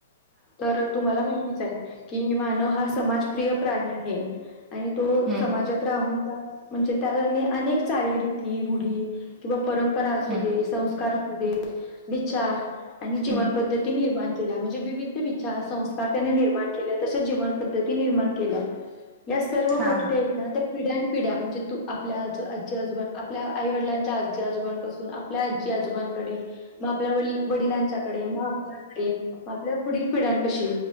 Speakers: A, on the left; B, on the right.
A: तर तुम्हाला माहितीच आहे की मानव हा समाजप्रिय प्राणी आहे आणि तो
B: हम्म
A: समाजात राहून त्या म्हणजे त्या अनेक चालीरीती रूढी किंवा परंपरा असू
B: हम्म
A: दे संस्कार. देत विचार आणि जीवन
B: हम्म
A: पद्धती निर्माण केल्या म्हणजे विविध विचार संस्कार त्यांनी निर्माण केले तसेच जीवन पद्धती निर्माण केल्या. या सर्व
B: हा
A: गोष्टी आहेत ना त्या पिढ्या न पिढ्या म्हणजे तू आपल्या आज आजी आजोबा आपल्या आई वडिलांच्या आजी आजोबांपासून आपल्या आजी आजोबांकडे मग आपल्या वड वडिलांच्याकडे मग आपल्याकडे म आपल्या पुढील पिढ्यां कशी